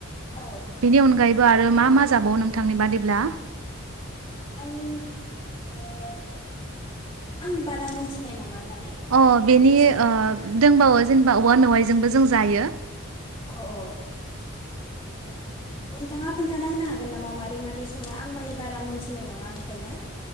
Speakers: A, on the left; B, on the right.
A: औ
B: बेनि अनगायैबो आरो मा मा जाबावो नोंथांनि बादिब्ला
A: आं ओ आं बारा मोनथिनाय नङा माने
B: अ
A: बे
B: बेनि
A: मादै संनायखौ
B: ओ दोंबावो जेनेबा औवा मेवायजोंबो जों जायो
A: औ औ औ नोंथाङा खोन्थाना होनो हागोन नामा मारै मारै सङो आं माने बारा मोनथिनाय नङा ओंखायनो